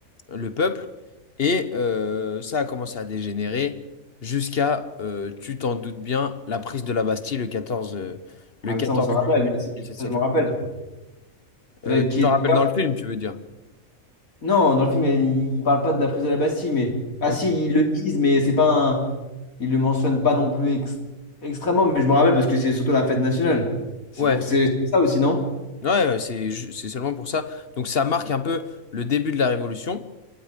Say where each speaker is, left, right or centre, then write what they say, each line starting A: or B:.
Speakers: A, on the left (about 45°); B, on the left (about 75°).
A: le peuple. Et euh, ça a commencé à dégénérer jusqu'à, euh, tu t'en doutes bien, la prise de la Bastille le 14, euh, le
B: Ah,
A: 14
B: mais ça, on s'en rappelle.
A: juillet
B: Ça,
A: 1789.
B: ça, je me rappelle. C'est
A: Euh,
B: là qui
A: tu t'en
B: est
A: rappelles
B: d'accord.
A: dans le film, tu veux dire?
B: Non, dans le film, il ne parle pas de la prise de la Bastille, mais. Ah,
A: Ok.
B: si, ils le disent, mais c'est pas un. Ils le mentionnent pas non plus ex- extrêmement, mais je me rappelle parce que c'est surtout la fête nationale. C'est
A: Ouais,
B: pour c'est ça aussi, non?
A: ouais, ouais, c'est ju- c'est seulement pour ça. Donc ça marque un peu le début de la Révolution.